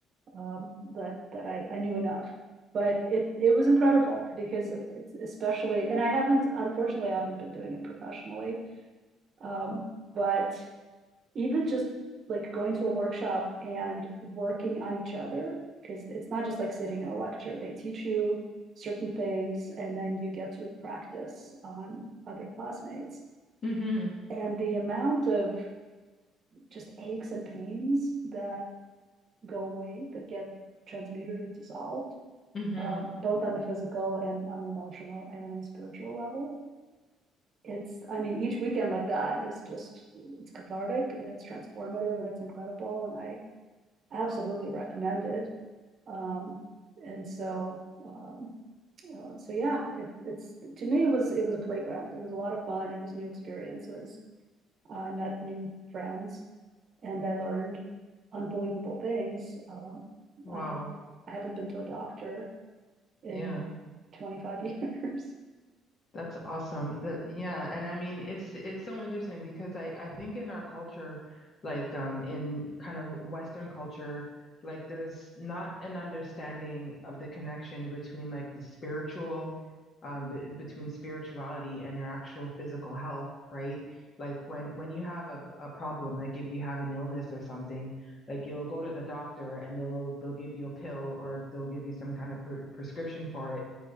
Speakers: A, on the right; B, on the left.
A: Um, that, that I, I knew enough. But it, it was incredible because it's especially, and I haven't, unfortunately, I haven't been doing it professionally. Um, but even just like going to a workshop and working on each other, because it's not just like sitting in a lecture. They teach you certain things and then you get to practice on other classmates.
B: hmm
A: And the amount of just aches and pains that go away, that get transmuted or dissolved,
B: hmm
A: um, both on the physical and on an emotional and on a spiritual level. It's, I mean, each weekend like that is just, it's cathartic and it's transformative and it's incredible. And I, absolutely recommended. Um, and so, um, uh, so yeah, it, it's, to me, it was, it was a playground. It was a lot of fun. It was new experiences. I met new friends and I learned unbelievable things. Um,
B: <clears throat> wow
A: I mean, like, I haven't been to a doctor in
B: yeah
A: 25 years.
B: That's awesome. That yeah, and I mean it's it's so interesting because I I think in our culture, like um in kind of Western culture, like there's not an understanding of the connection between like the spiritual, um b between spirituality and your actual physical health, right? Like when when you have a a problem, like if you have an illness or something, like you'll go to the doctor and they'll they'll give you a pill or they'll give you some kind of pre prescription for it.